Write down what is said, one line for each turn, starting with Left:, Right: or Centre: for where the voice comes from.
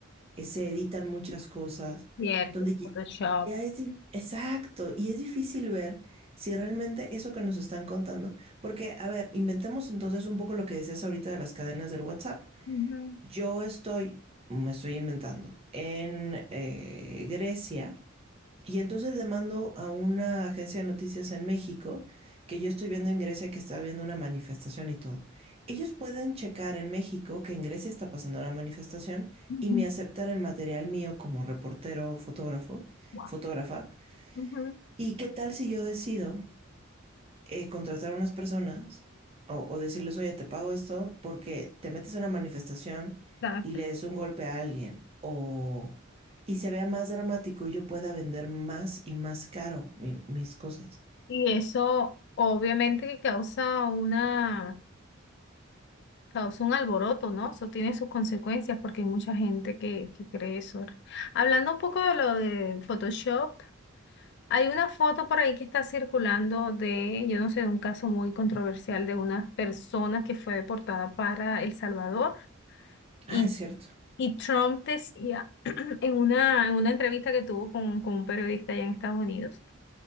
Right: eh, se editan muchas cosas,
Left: Cierto,
Right: donde ya
Left: Photoshop.
Right: ya es di- exacto, y es difícil ver si realmente eso que nos están contando, porque, a ver, inventemos entonces un poco lo que decías ahorita de las cadenas del WhatsApp.
Left: Ujú,
Right: Yo estoy, me estoy inventando, en eh, Grecia y entonces le mando a una agencia de noticias en México, que yo estoy viendo en Grecia que está habiendo una manifestación y todo. Ellos pueden checar en México que en Grecia está pasando la manifestación
Left: ujú,
Right: y me aceptan el material mío como reportero, fotógrafo,
Left: guau,
Right: fotógrafa.
Left: ujú,
Right: ¿Y qué tal si yo decido eh, contratar a unas personas o, o decirles, oye, te pago esto porque te metes en una manifestación
Left: exacto.
Right: y le des un golpe a alguien o... y se vea más dramático y yo pueda vender más y más caro mi- mis cosas.
Left: Y eso obviamente que causa una, causa un alboroto, ¿no? Eso tiene sus consecuencias porque hay mucha gente que, que cree eso. Hablando un poco de lo de Photoshop, Hay una foto por ahí que está circulando de, yo no sé, de un caso muy controversial de una persona que fue deportada para El Salvador y,
Right: Ah, es cierto,
Left: y Trump decía <clears throat> en una, en una entrevista que tuvo con, con un periodista allá en Estados Unidos,